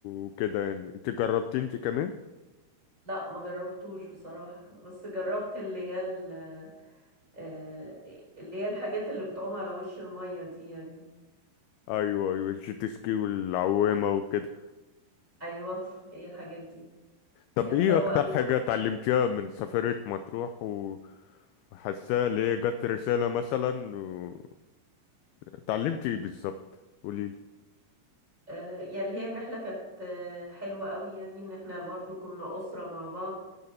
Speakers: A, on the left; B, on the right.
A: وكده يعني انت جربتي انت كمان؟
B: لا ما جربتوش بصراحة بس جربت اللي هي ال- آه، اللي هي الحاجات اللي بتعوم على وش المية دي يعني
A: ايوه ايوه الجيت سكي والعوامة وكده
B: ايوه هي الحاجات دي
A: طب
B: كانت
A: ايه
B: حلوة
A: اكتر
B: قوي
A: حاجة اتعلمتيها من سفرية مطروح وحاساها اللي هي جت رسالة مثلا و... اتعلمتي ايه بالظبط قوليلي
B: آه، يعني هي الرحلة كانت آه، حلوة قوي يعني ان احنا برضو كنا أسرة مع بعض